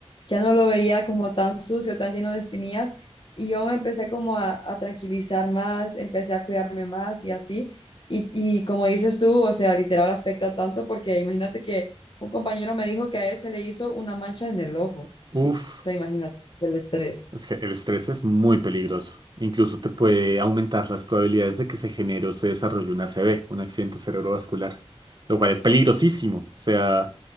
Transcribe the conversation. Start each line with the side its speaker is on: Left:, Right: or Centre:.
Left: ya no lo veía como tan sucio, tan lleno de espinillas. Y yo me empecé como a, a tranquilizar más, empecé a cuidarme más y así. Y, y como dices tú, o sea, literal afecta tanto porque imagínate que un compañero me dijo que a él se le hizo una mancha en el ojo. O
Right: Uf,
Left: sea, imagínate el estrés.
Right: es que el estrés es muy peligroso. Incluso te puede aumentar las probabilidades de que se genere o se desarrolle un ACV, un accidente cerebrovascular, lo cual es peligrosísimo. O sea,